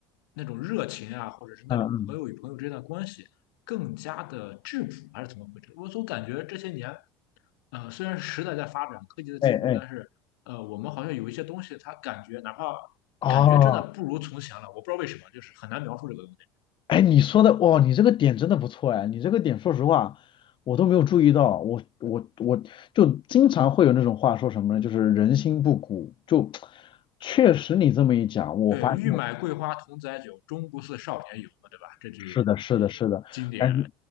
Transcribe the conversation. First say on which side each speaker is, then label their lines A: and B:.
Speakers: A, on the left (about 75°); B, on the left (about 45°).
A: 那种热情啊，或者是那种朋友与朋友之间的关系更加的质朴，
B: 嗯嗯，
A: 还是怎么回事？我总感觉这些年，呃，虽然时代在发展，科技的进步，
B: 哎哎，
A: 但是呃，我们好像有一些东西，它感觉哪怕
B: 哦，
A: 感觉真的不如从前了，我不知道为什么，就是很难描述这个东西。
B: 哎，你说的，哇，你这个点真的不错哎，你这个点，说实话，我都没有注意到，我我我就经常会有那种话说什么呢，就是人心不古，就确实你这么一讲，我发现。
A: 对，欲买桂花同载酒，终不似少年游嘛，对吧？这句呃经典，
B: 是的，是的，是的，感觉